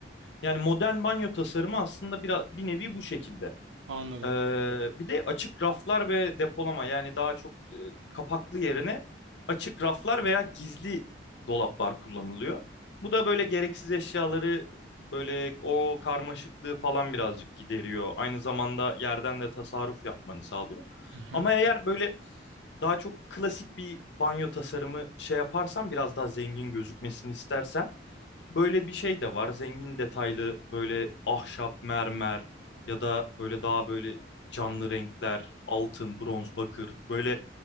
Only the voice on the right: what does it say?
Anladım.
Hı hı.